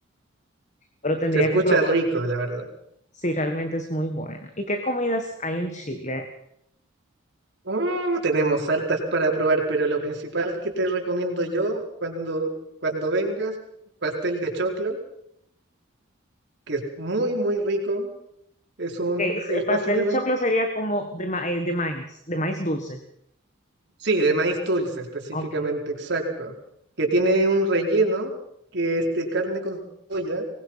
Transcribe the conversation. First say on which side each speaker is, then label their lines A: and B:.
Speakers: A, on the left; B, on the right.
A: Pero tendría
B: se escucha
A: que probar
B: rico, la verdad.
A: si realmente es muy buena. ¿Y qué comidas hay en Chile?
B: Mm, tenemos hartas para probar, pero lo principal que te recomiendo yo cuando, cuando vengas, pastel de choclo, que es muy, muy rico. Es un,
A: Eh,
B: es
A: El pastel
B: básicamente,
A: de choclo sería como de, ma- eh, de maíz, de maíz dulce.
B: sí, de maíz dulce específicamente,
A: Ok,
B: exacto. Que tiene un relleno que es de carne con soya,